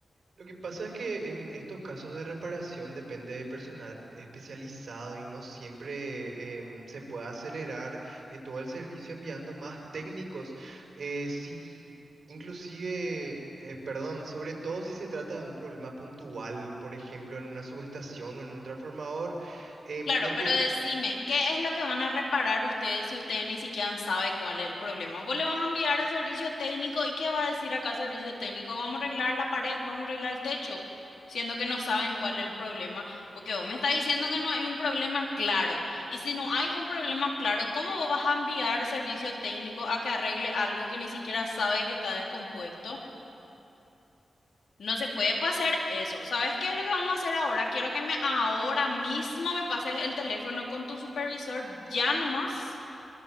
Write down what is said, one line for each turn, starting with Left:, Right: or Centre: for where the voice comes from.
Right: Lo que pasa es que en estos casos de reparación depende de personal especializado y no siempre em, se puede acelerar eh, todo el servicio enviando más técnicos. Eh, si, inclusive, eh, perdón, sobre todo si se trata de un problema puntual, por ejemplo, en una subestación o en un transformador, em,
Left: Claro,
Right: lo que
Left: pero decime, ¿qué es lo que van a reparar ustedes si ustedes ni siquiera saben cuál es el problema? ¿Vos le vas a enviar al servicio técnico y qué va a decir acá el servicio técnico? Vamos a arreglar la pared, vamos a arreglar el techo, siendo que no saben cuál es el problema, porque vos me estás diciendo que no hay un problema claro. Y si no hay un problema claro, ¿cómo vos vas a enviar servicio técnico a que arregle algo que ni siquiera sabe que está descompuesto? No se puede pasar eso. ¿Sabes qué es lo que vamos a hacer ahora? Quiero que me ahora mismo me pases el teléfono con tu supervisor ya nomás